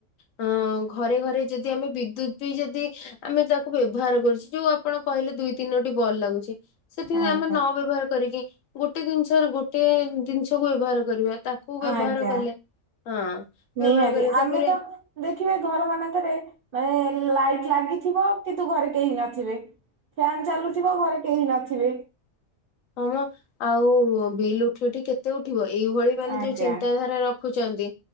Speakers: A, on the left; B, on the right.
A: ଅ ଘରେ ଘରେ ଯଦି ଆମେ ବିଦ୍ୟୁତ ବି ଯଦି ଆମେ ତାକୁ ବ୍ୟବହାର କରୁଚୁ, ଯୋଉ ଆପଣ କହିଲେ ଦୁଇ ତିନୋଟି ବଲ ଲାଗୁଚି ସେଠି
B: ଆଜ୍ଞା
A: ଆମେ ନ ବ୍ୟବହାର କରିକି, ଗୋଟେ ଜିନିଷ, ଗୋଟେ ଜିନିଷକୁ ବ୍ୟବହାର କରିବା ତା କୁ ବ୍ୟବହାର
B: ଆଜ୍ଞା
A: କଲେ, ହଁ। ବ୍ୟବହାର
B: ନିହାତି,
A: କରେ
B: ଆମେ
A: ତାପରେ
B: ତ ଦେଖିବେ ଘର ମାନଙ୍କରେ, ମାନେ ଲାଇଟ୍ ଲାଗିଥିବ, କିନ୍ତୁ ଘରେ କେହି ନଥିବେ। ଫ୍ୟାନ ଚାଲୁଥିବ, ଘରେ କେହି ନଥିବେ।
A: ହଁମ ଆଉ ବିଲ୍ ଉଠି ଉଠି କେତେ ଉଠିବ ଏଇଭଳି ମାନେ
B: ଆଜ୍ଞା
A: ଯୋଉ ଚିନ୍ତାଧାରା ରଖୁଚନ୍ତି,